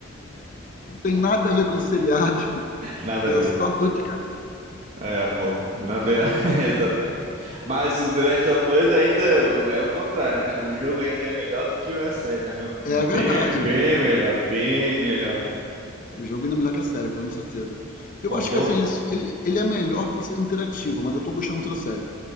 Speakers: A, on the left; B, on the right.
A: Não tem nada a ver com o seriado. <laughs>
B: Nada
A: É
B: a ver.
A: só dor de cabeça.
B: É, pô, não tem nada. <laughs> Exatamente. Mas o The Last of Us ainda é o contrário, né? O jogo ainda é melhor do que a série, na minha opinião.
A: É verdade.
B: Bem, me- bem melhor, bem melhor.
A: O jogo ainda é melhor que a série, pô, com certeza. Eu
B: Pô,
A: acho
B: me deu.
A: que assim,
B: ra-
A: ele, ele ele é melhor por ser interativo, mas eu tô gostando muito da série.